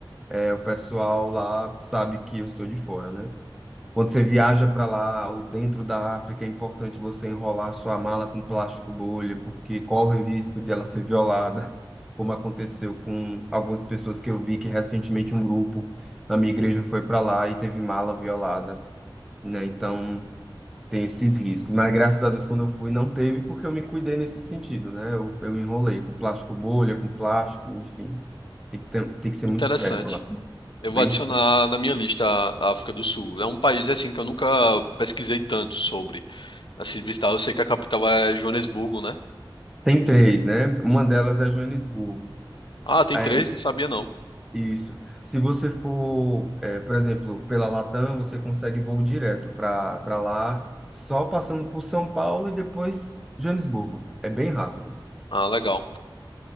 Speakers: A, in the centre; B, on the left.
A: é, o pessoal lá sabe que eu sou de fora, né? Quando você viaja para lá ou dentro da África, é importante você enrolar sua mala com plástico bolha, porque corre o risco de ela ser violada, <laughs> como aconteceu com algumas pessoas que eu vi que recentemente um grupo na minha igreja foi para lá e teve mala violada, né? Então tem esses riscos. Mas graças a Deus, quando eu fui, não teve, porque eu me cuidei nesse sentido, né? Eu, eu enrolei com plástico bolha, com plástico, enfim. Tem que, ter- tem que ser
B: Interessante.
A: muito esperto lá.
B: Eu
A: Bem
B: vou adicionar
A: esperto.
B: na minha lista a África do Sul. É um país, assim, que eu nunca pesquisei tanto sobre. Assim, de visitar, eu sei que a capital é Joanesburgo, né?
A: Tem três, né? Uma delas é Joanesburgo.
B: Ah, tem
A: É,
B: três? Não sabia, não.
A: isso. Se você for, é, por exemplo, pela Latam, você consegue voo direto para para lá, só passando por São Paulo e depois Joanesburgo. É bem rápido.
B: Ah, legal.